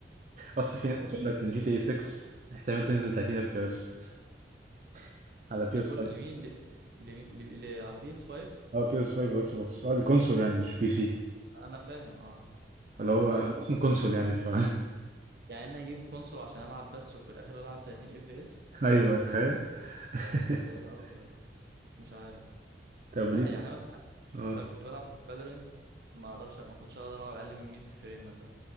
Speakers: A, on the right (about 45°); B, on the right (about 60°).
A: اصل
B: انت
A: في
B: خلاص
A: ناس بتقول
B: بقى
A: لك ان جي تي اي 6 احتمال تنزل 30 اف بي اس <laughs> على بي
B: لكل
A: اس 5
B: لمين ل... لمين ل... ل... على بيس 5
A: اه بي اس 5 واكس بوكس اه الكونسول يعني مش بي سي
B: انا فاهم اه
A: اللي هو
B: لا
A: أنا
B: لا
A: اصلا كونسول يعني ف
B: يعني انا اجيب كونسول عشان العب بس وفي الاخر العب 30 اف بي اس
A: <laughs> ايوه تخيل <laughs>
B: ده ايه القرف ده مش عارف
A: طب
B: لا
A: ليه
B: يعني انا مثلا
A: اه
B: بقى كنت بلعب في فالورنت ما اقدرش ما كنتش اقدر العب اقل من 100 فريم مثلا